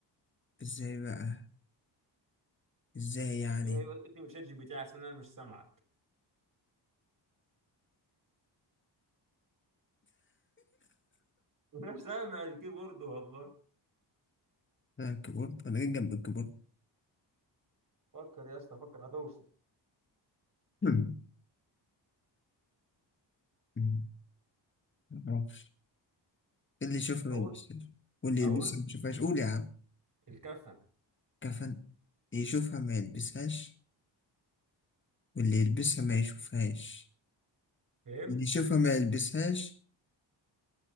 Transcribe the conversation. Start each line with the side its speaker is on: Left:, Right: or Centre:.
Left: ازاي بقى ازاي يعني
Right: إيه، انت مش شات جي بي تي عشان انا مش سامعك <laughs> مش سامع الكيبورد والله
Left: انا الكيبورد انا جاي جنب الكيبورد
Right: فكر يا اسطى فكر هتوصل
Left: مم. مم. معرفش <laughs> اللي يشوفها
Right: اقول
Left: ما يلبسهاش واللي
Right: اقول
Left: يلبسها ما يشوفهاش قول يا عم
Right: الكفن
Left: كفن يشوفها ما يلبسهاش اللي يلبسها ما يشوفهاش
Right: فهمت
Left: اللي يشوفها ما يلبسهاش